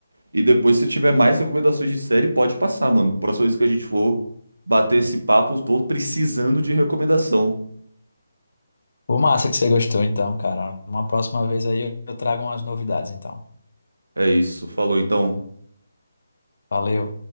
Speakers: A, on the right; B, on the left.
A: E depois, se tiver mais recomendações de série, pode passar, mano. Próxima vez que a gente for bater esse papo, tô precisando de recomendação.
B: Pô, massa que você gostou, então, cara. Uma próxima vez aí eu eu trago umas novidades, então.
A: É isso, falou então.
B: Valeu.